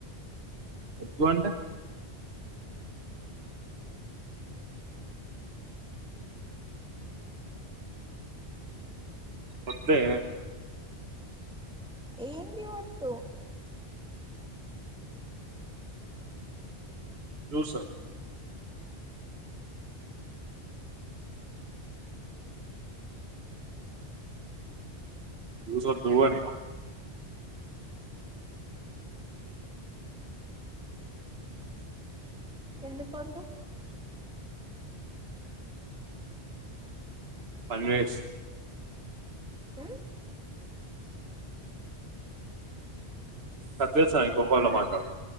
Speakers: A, on the right; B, in the centre.
A: ఎద్దు అంటే? ఒద్దే
B: ఏన్ది వద్దు
A: జూస జూసొద్దు అని
B: ఎందుకోద్దు
A: ఫైవ్ మినిట్స్
B: ఉమ్
A: కట్చెస్త ఇంకో ఫోన్ల మాట్లాడ్తా